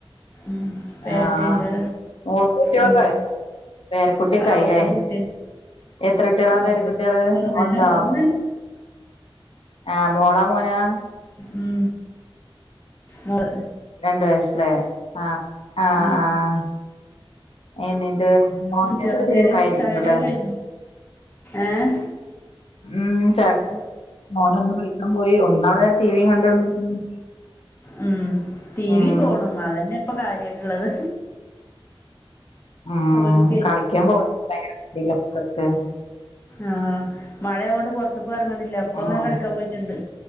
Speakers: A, on the left; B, on the left.
A: ഉം പേരകുട്ടിയിണ്ട്
B: ആഹ് മോൾക്ക് കുട്ടികളൊക്കെ
A: ഉം
B: ആയോ പേരക്കുട്ടിയൊക്കെ
A: ആഹ്
B: ആയില്ലേ
A: ഓക്കെ കുട്ടിയുണ്ട്
B: എത്ര കുട്ടികളാ പേരക്കുട്ടികള്
A: ഓക്കെ പിന്നെ പിന്നെയെന്തുവാ
B: ഒന്നോ
A: ഒന്നുമില്ല
B: ആഹ് മോളോ മോനോ
A: ഉം മോള്
B: രണ്ട് വയസല്ലെ ആ ആഹ്
A: ഉം
B: ആഹ് ഏയ് നിന്റെ മോന്റെ
A: കുട്ടികളൊക്കെ
B: എത്ര ചെറിയ പ്രായമായിരിക്കുമല്ലേ
A: ചായുടിയൊക്കെ കഴിഞ്ഞോ ഏഹ്
B: ഉം ചേട്ട മോൻ ഒന്ന്‌ കളിക്കാൻ പോയി ഒന്നവിടെ ടിവിയും കണ്ടൊണ്ടിരിക്കുന്നു
A: ഉം ടിവിയും
B: ഉം
A: ഫോണും അതന്നെ എ ഇപ്പൊ കാര്യായിട്ടുള്ളത്
B: ഉം
A: ഓൽകെ
B: കളിക്കാൻ പോവാൻ ഭയങ്കര മടിയല്ലേ മക്കൾക്ക്
A: ആഹ് മഴകൊണ്ട് പൊറത്തേക്ക് എറങ്ങണില്ല ലെപ്പൊന്ന്
B: ഉം
A: കളിക്കാൻ പോയിട്ടുണ്ട്